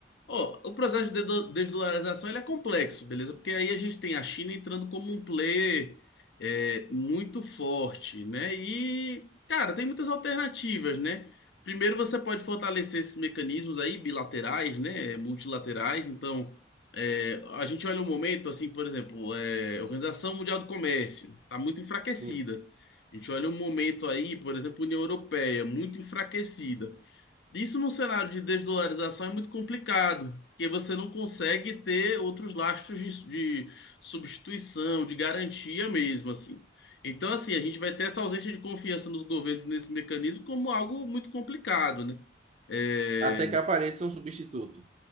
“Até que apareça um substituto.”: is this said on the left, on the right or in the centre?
Right